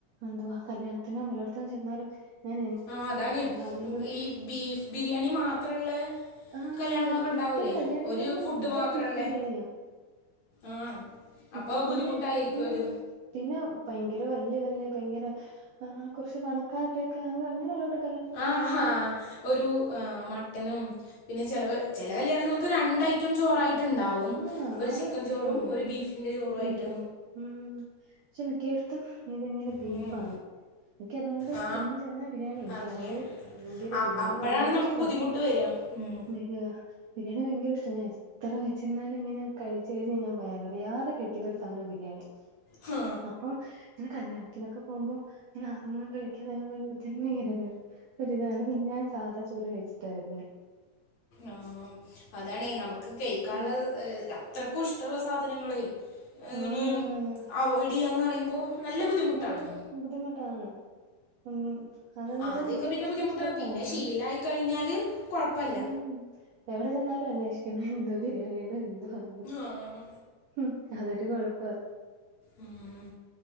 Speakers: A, on the right; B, on the left.
A: എന്തുവാ കല്യാണത്തിനോ വല്ലോടുത്തും ചെന്നാലും ഞാൻ
B: ആ അതാണ്
A: അതിന്റെകൂടെ
B: ഈ ബീഫ് ബിരിയാണി മാത്രമുള്ളെ
A: ആഹ്
B: കല്യാണങ്ങളൊക്കെ
A: കൽ
B: ഉണ്ടാവൂലേ
A: മിക്ക കല്യാണങ്ങളിലും
B: ഒരു ഫുഡ്
A: മൊത്തം
B: മാത്രല്ലേ
A: ബീഫ് ബിരിയാണിയാ
B: ആഹ്
A: മിക്ക
B: അപ്പോ അത് ബുദ്ധിമുട്ടായിരിക്കുവോ
A: പിന്നെ ഉം
B: അത്
A: പിന്നെ ഭയങ്കര വലിയ വലിയ ഭയങ്കര കുറച്ച് പണക്കാരത്തൊക്കെ അങ്ങനെയുള്ളോട്ട്
B: ആഹ് ഒരു ആഹ് മട്ടനും പിന്നെ ചെല ചെല കല്യാണങ്ങൾക്ക് രണ്ട് ഐറ്റം ചോറായിട്ടുണ്ടാവും
A: ഉം
B: പ്പം
A: ആഹ്
B: ഒരു
A: അത്
B: ചിക്കൻ ചോറും
A: ആണല്ലേ
B: ഒരു ബീഫിൻ്റെ ചോറും ആയിട്ട്
A: ബീഫും ഉം പക്ഷെ മിക്കടുത്തും ഇതിങ്ങനെ ബീഫാണ്
B: ഉം,
A: എനിക്ക് അതുകൊണ്ട്
B: ആ
A: ഇന്ന് ചെന്നാ ബിരിയാണി എനിക്കാണെങ്കി
B: അങ്ങനെ
A: ഭയങ്കര
B: അ-
A: ബിരിയാണി
B: അപ്പോഴാണ്
A: ഭയങ്കര
B: നമുക്ക്
A: ഇഷ്ടവാ
B: ബുദ്ധിമുട്ട് വരിക ഉം.
A: ബരിയാ ബിരിയാണി ഭയങ്കര ഇഷ്ട ഞാൻ എത്ര ചെന്നാല് എന്നും ഇങ്ങനെ കഴിച്ച് കഴിച്ച് ഞാൻ വയററിയാതെ കഴിക്കുന്ന ഒരു സാധനാ ബിരിയാണി
B: ഹാ,
A: അപ്പൊ ഇങ്ങനെ കല്യാണത്തിനൊക്കെ പോകുമ്പോം ഞാൻ അതൊന്നും കഴി ന് പറയുമ്പത്തേനും ഭയങ്കര ഒരിതാണ് ഞാൻ സാധാ ചോറ് കഴിച്ചിട്ടാ വരുന്നെ
B: ആഹ് അതാണ് നമുക്ക് കൈക്കാള്ളത്
A: ഉം
B: അത്രക്കും ഇഷ്ടമുള്ള സാധനങ്ങളെ അങ്ങനെ
A: ആന്ന് ആന്ന് ആന്ന്
B: അവോയ്ഡ് ചെയ്യാന്ന് പറയുമ്പോൾ നല്ല ബുദ്ധിമുട്ടാണ്
A: അതൊരു ബുദ്ധിമുട്ടാണ് ഉം അതെന്ന്
B: ആദ്യമൊക്കെ
A: വെച്ചാൽ എനിക്ക്
B: പിന്നെ
A: അത്രക്ക്
B: ബുദ്ധിമുട്ടാ
A: ഇഷ്ടമുള്ള
B: പിന്നെ
A: സാധനാ
B: ശീലായി കഴിഞ്ഞാല് കൊഴപ്പല്ല
A: ഉം എവിടെ ചെന്നാലും അന്വേഷിക്കണം എന്തോ ബിരിയാണിയുടെ എന്തോ ആന്ന്
B: ആഹ്
A: ഉം അതൊരു കുഴപ്പാ
B: ഉം